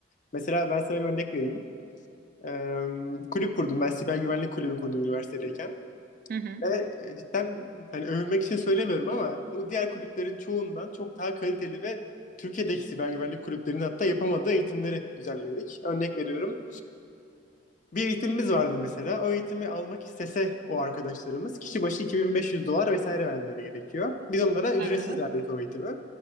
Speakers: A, on the left; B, on the right.
A: Mesela ben sana bir örnek vereyim. Ee, kulüp kurdum ben. Siber güvenlik kulübü kurdum üniversitedeyken.
B: Hı hı.
A: Ve e, cidden hani övünmek için söylemiyorum ama o diğer kulüplerin çoğundan çok daha kaliteli ve Türkiye'deki siber güvenlik kulüplerinin hatta yapamadığı eğitimleri düzenledik. Örnek veriyorum. Bir eğitimimiz vardı mesela. O eğitimi almak istese o arkadaşlarımız kişi başı 2500 dolar vesaire vermeleri gerekiyor. Biz onlara ücretsiz
B: Evet.
A: verdik o eğitimi.